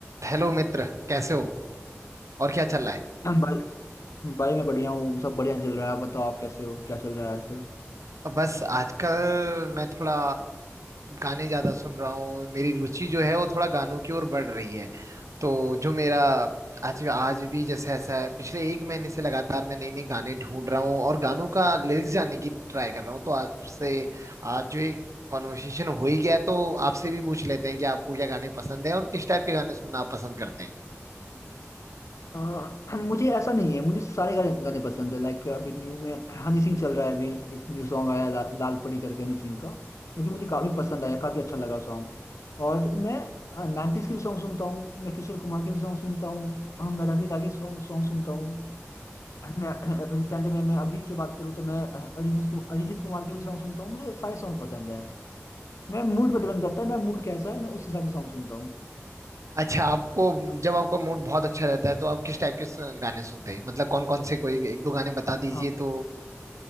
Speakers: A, on the right; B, on the left.
A: Hello मित्र कैसे हो और क्या चल रहा है
B: हम भाई भाई मैं बढ़िया हूँ सब बढ़िया चल रहा है आप बताओ आप कैसे हो क्या चल रहा है आजकल
A: बस आजकल मैं थोड़ा गाने ज्यादा सुन रहा हूँ मेरी रुचि जो है वो थोड़ा गानों की ओर बढ़ रही है तो जो मेरा आज आज भी जैसे ऐसा है पिछले एक महीने से लगातार मैं नई नई गाने ढूंढ रहा हूँ और गानों का लिरिक्स जानने की ट्राई कर रहा हूँ तो आपसे आज जो एक कॉन्वर्सेशन हो ही गया तो आपसे भी पूछ लेते हैं कि आपको क्या गाने पसंद है और किस टाइप के गाने सुनना आप पसंद करते हैं
B: अ, मुझे ऐसा नहीं है मुझे सारे गाने गाने पसंद है लाइक अभी न्यू में हनी सिंह चल रहा है अभी एक न्यू सॉन्ग आया है, ला, लाल परी करके हनी सिंह का जो कि मुझे काफ़ी पसंद आया काफ़ी अच्छा लगा सॉन्ग और मैं नाइन्टीज़ के भी सॉन्ग सुनता हूँ मैं किशोर कुमार के भी सॉन्ग सुनता हूँ अ, मैं रफी दा के सॉन्ग सॉन्ग सुनता हूँ मैं अभी रिसेंट में मैं अभी की बात करूँ तो मैं अ, अरिजीत कुमार अरिजीत कुमार के भी सॉन्ग सुनता हूँ मुझे सारे सॉन्ग पसंद हैं मैं मूड पर डिपेंड करता है मैं मूड कैसा है मैं उस हिसाब से सॉन्ग सुनता हूँ
A: अच्छा आपको जब आपका मूड बहुत अच्छा रहता है तो आप किस टाइप के स- गाने सुनते हैं मतलब कौन कौन से कोई एक दो गाने बता दीजिए
B: हाँ
A: तो